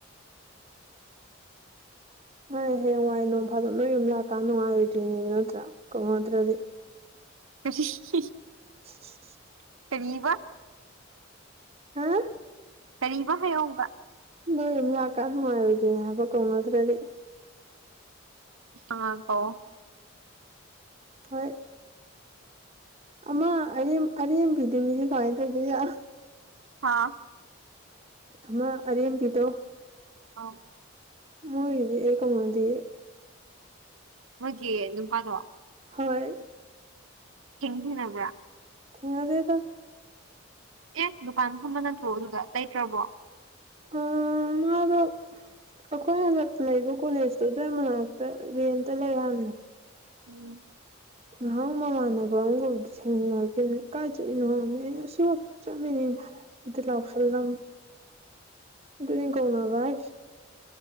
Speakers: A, on the right; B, on the right.
A: ꯍꯣꯏ ꯍꯌꯦꯡꯋꯥꯏ ꯅꯣꯡ ꯐꯥꯗꯣꯛ ꯂꯣꯏ ꯌꯨꯝ ꯂꯥꯛꯀꯥꯟꯗ ꯅꯨꯡꯉꯥꯏꯔꯣꯏꯗꯣꯏꯅꯦꯕ ꯅꯠꯇ꯭ꯔꯥ ꯀꯧꯅꯗ꯭ꯔꯗꯤ
B: <unintelligible>
A: <inaudible>
B: ꯀꯔꯤꯕ
A: ꯍꯥ
B: ꯀꯔꯤꯕ ꯍꯥꯏꯌꯣ ꯑꯃꯨꯀ
A: ꯅꯣꯏ ꯌꯨꯝ ꯂꯥꯛꯀꯥꯟ ꯅꯨꯡꯉꯥꯏꯔꯣꯏꯗꯨꯅꯦ ꯍꯥꯏꯕ ꯀꯧꯅꯗ꯭ꯔꯗꯤ
B: ꯑ ꯀꯧꯑꯣ
A: ꯍꯣꯏ ꯑꯃ ꯑꯔꯦꯝ ꯑꯔꯦꯝꯕꯤꯗꯨꯅꯤꯅꯦ ꯀꯃꯥꯏ ꯇꯧꯗꯣꯏ ꯌꯥ
B: ꯍꯥꯥ
A: ꯑꯃꯃ ꯑꯔꯦꯝꯕꯤꯤꯗꯣ
B: ꯑꯥꯎ
A: ꯃꯣꯏꯗꯤ ꯑꯦꯀ ꯃꯗꯤ
B: ꯍꯧꯣꯏꯦ ꯅꯨꯅꯨꯡꯄꯥ ꯇꯋꯥ
A: ꯍꯣꯏ
B: ꯍꯪꯗ ꯅꯕ꯭ꯔꯥ
A: ꯊꯦꯡꯉꯗꯗ
B: ꯑꯦ ꯗꯨꯀꯥꯟꯒꯨꯝꯕ ꯅꯠꯇ꯭ꯔꯣ ꯑꯗꯨꯗ ꯂꯩꯇ꯭ꯔꯕꯣ
A: ꯑꯣ ꯃꯥꯗꯨ ꯑꯩꯈꯣꯏ ꯍꯟꯗꯛ ꯂꯩꯕ ꯀꯣꯂꯦꯖꯇꯨꯗꯩ ꯃꯅꯥꯛꯇ ꯔꯦꯟꯇ ꯂꯩꯔꯕꯅꯦ
B: ꯎꯝ
A: ꯉꯍꯪ ꯃꯃꯥꯟꯅꯕ ꯑꯃꯒꯕꯨꯗꯤ ꯊꯦꯡꯅꯈꯤꯕꯅꯤ ꯀꯥꯏ ꯆꯠꯏꯅꯣ ꯍꯣꯡꯉꯃꯦ ꯑꯩꯅ ꯑꯁꯤꯐꯥꯎ ꯆꯠꯂꯤꯅꯤ ꯂꯎꯁꯂꯝ ꯑꯗꯨꯅꯤ ꯀꯧꯅꯕ ꯚꯥꯏꯁ